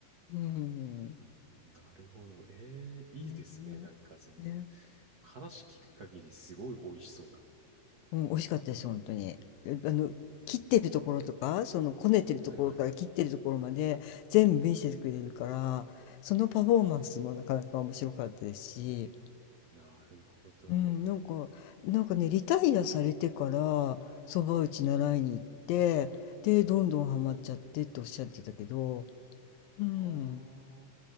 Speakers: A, on the left; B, on the right.
A: うん。
B: うんうんなるほど。ええ、いいですね。
A: ね
B: なんか、その、
A: ね
B: 話聞く限りすごい美味しそうだ。
A: うん、美味しかったです、本当に。え、あの、
B: ええ、
A: 切ってるところとか、そのこねてるところから切ってるところまで全部見せてくれるから、
B: はいはいはい。
A: そのパフォーマンスもなかなか面白かったですし、
B: なるほど。
A: うん、なんかなんかね、リタイアされてから、蕎麦打ち習いに行って、で、どんどんハマっちゃってっておっしゃってたけど、うん、
B: あー